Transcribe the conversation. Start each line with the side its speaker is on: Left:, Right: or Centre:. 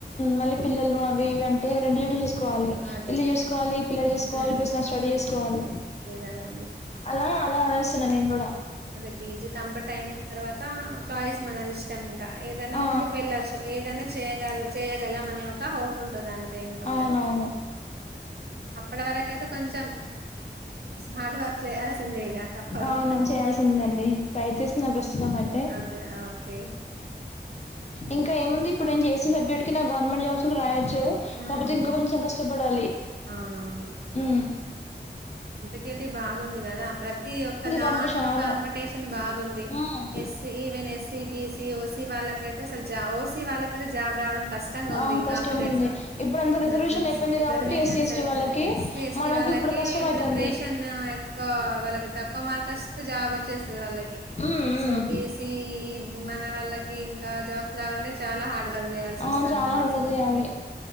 Left: మళ్ళ పిల్లలు అవి అంటే రెండు ఏ కోలి
Right: అదే.
Left: ఇల్ చూసుకోవాలి పిల్లలు చేసుకోవాలి
Right: హ్మ్.
Left: పసిన స్టడీ చేసుకోవాలి
Right: అదే గదండీ.
Left: అలా అలా అనేస్తున్నా నేను కూడా
Right: అదే పీజీ కంప్లీట్ అయిన తర్వాత చాయిస్ మనది ఇష్టాం ఇంకా ఇంకా ఏదనా
Left: ఆ
Right: ముందుకు వెళ్ళొచ్చు ఏదైనా చేయగ చేయ్యగలం అనే ఒక హోప్ ఉంటుంది అంతే ఇంకా
Left: అవునవును
Right: మనకి అప్పటి వరకయితే కొంచెం హార్డ్ వర్క్ చేయాల్సింది ఇగా తప్పదు
Left: అవును చేయాల్సిందండి ప్రయత్నిస్తున్నా ప్రస్తుతం అయితే
Right: అదే ఓకే
Left: ఇంకాముంది ఇప్పుడుేను చేసే సబ్జెక్ట్కి నా గవర్నమెంటజాబ్స్ కూడా రాయచ్చు
Right: హ్మ్.
Left: కాపోతే ఇంకా కొంచెం కష్టపడాలి
Right: అవునవును.
Left: ఊ
Right: టీటి బాగుంది కదా ప్రతి ఒక్క దాంట్లో
Left: కాంపిటీషన్ అవును
Right: కాంపిటీషన్ బాగుంది
Left: మ్
Right: ఎస్స ఈవెన్ ఎస్సీ బి ఇగ ఓసి వాళ్ళకైతే ఇక జాబ్ వాళ్ళకైతే జాబ్ రావడం కష్టంగా
Left: అవును
Right: ఉంది
Left: కష్టం
Right: కాంపిటేష
Left: ఉంది. ఇప్పుడంతా రిజర్వేషన్
Right: నికనిస్తుంది
Left: అయిపోయింది
Right: రిజర్వేషన్స్
Left: కాబట్టి ఎస్సీ, ఎస్టీ
Right: అయిపోంది
Left: వాళ్ళకి
Right: ఎస్సి ఎస్టీ
Left: మనకు
Right: వాళ్ళకి
Left: ఇప్పుడు కష్టమైతుంది.
Right: ప్రిపరేషన్ ఎక్కువ వాళ్ళకి తక్కువ మార్క్ వచ్చిస్తే జాబ్ వచ్చేస్తుంది వాళ్ళకి
Left: హ్మ్. హ్మ్.
Right: సో బిఎస్సి మన వాళ్ళకి ఆ జాబ్స్ రావాలంటే చాలా హార్డ్ వర్క్ చేయాల్సి
Left: అవును
Right: వస్తుందని
Left: చాలా హార్డ్
Right: అసలు
Left: వర్క్చెయ్యాలి